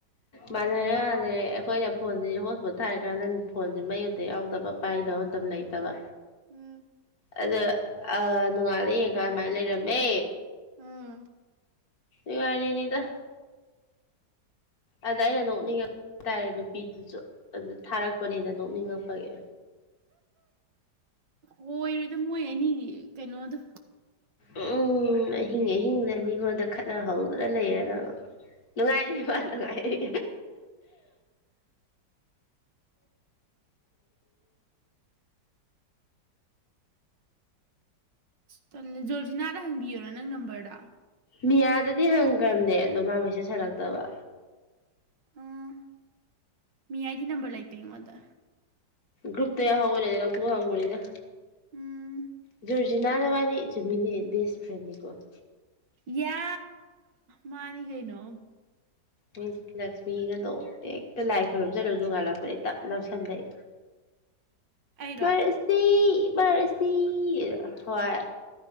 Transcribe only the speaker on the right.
ꯎꯝ
ꯎꯝ
ꯑꯣꯏꯣꯏꯔꯣꯏꯗ ꯃꯣꯏ ꯑꯅꯤ ꯀꯩꯅꯣꯗꯣ
ꯆꯂ ꯖꯣꯔꯖꯤꯅꯥꯗ ꯍꯪꯕꯤꯌꯔ ꯅꯪ ꯅꯝꯕꯔꯗ
ꯎꯝ ꯃꯤ ꯑꯩꯏꯗꯤ ꯅꯝꯕꯔ ꯂꯩꯇꯦ ꯑꯩꯉꯣꯟꯗ
ꯎꯝ
ꯌꯥ ꯃꯥꯅꯤ ꯀꯩꯩꯅꯣ
ꯑꯩꯔꯣ